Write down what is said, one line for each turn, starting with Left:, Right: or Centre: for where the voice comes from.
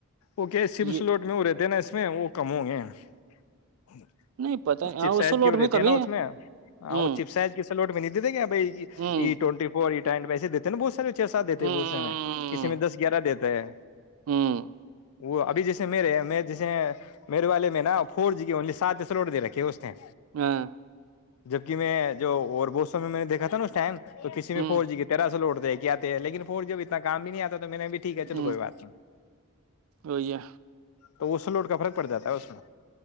Left: اوکے سمسلوٹ
Right: یہ
Left: میں ہو رہے تھ نا <unintelligible> میں وہ کموں گے <unintelligible>
Right: نہیں پتا ہاں
Left: چپ سائز
Right: اس لوٹ
Left: کی وہ دیتے
Right: میں کمی
Left: ہے نا اس میں ہاں
Right: ہوں
Left: وہ چپ سائز کی سلوٹ میں نہیں دیتے کیا ب ای
Right: ہوں
Left: ٹوینٹی فور ینٹ پیے دیتے ن بہت سار <unintelligible> سات دیتے
Right: ہوں
Left: ب اسے میں کسی میں دس <unintelligible> گرہ دیتے ہے
Right: ہوں
Left: وہ ابھی جیسے میرے جیسے میرے والے میں نا فور جی کی اونلی سات ایس روڈ دے رکھے اس ہیں
Right: ہاں
Left: جبک میں جو اور بو س میں نے دیکھا تھا نا ٹم تو کسی میں
Right: ہوں
Left: فور جی کی تیرہ سے لوٹ دے گا کیاتے لنور جب اتنا کام نہیں آتا تو تو میں نے بھی ٹھیک ہے چلو
Right: ہوں
Left: کوئی بات نہیں
Right: وہی ہے
Left: تو اس سے لوڈ کا فرق پڑ جاتا ہے اس میں